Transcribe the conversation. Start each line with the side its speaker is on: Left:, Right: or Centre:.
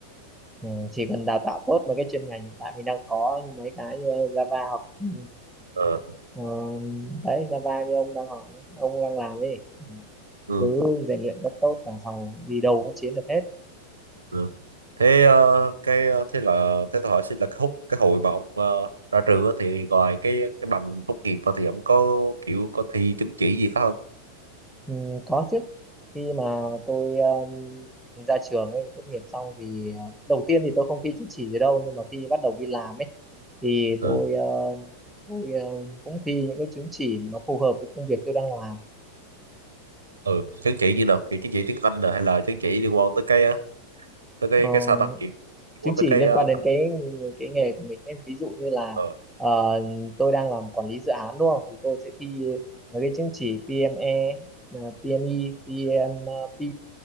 Centre: ừ, chỉ cần đào tạo tốt mấy cái chuyên ngành hiện tại mình đang có như mấy cái như Java hoặc ừ,
Right: ờ,
Centre: ờ, đấy Java như ông đang hỏi ông đang làm ấy
Right: ừ
Centre: cứ rèn luyện rất tốt là xong rồi đi đâu cũng chiến được hết
Right: ừ thế ờ, cái ờ, thế là thế tôi hỏi xin là cái hút cái hồi mà ông ờ, ra trường á thì ngoài cái cái bằng tốt nghiệp ra thì ông có kiểu có thi chứng chỉ gì khác không
Centre: Ừ, có chứ khi mà tôi um, ra trường ấy tốt nghiệp xong thì ờ, đầu tiên thì tôi không thi chứng chỉ gì đâu nhưng mà khi bắt đầu đi làm ấy thì
Right: Ừ.
Centre: tôi ờ, tôi ờ, cũng thi những cái chứng chỉ mà nó phù hợp với công việc tôi đang làm
Right: ừ chứng chỉ như nào kiểu chứng chỉ tiếng Anh nè hay là chứng chỉ liên quan tới cái ờ, tới cái
Centre: Ờ,
Right: cái sao ta kiểu liên
Centre: chứng
Right: quan tới
Centre: chỉ
Right: cái
Centre: liên
Right: ờ,
Centre: quan đến cái cái nghề của mình ấy. Ví dụ như là
Right: ờ,
Centre: ờ, tôi đang làm quản lý dự án đúng không thì tôi sẽ thi mấy cái chứng chỉ PME, ờ, PME, PMP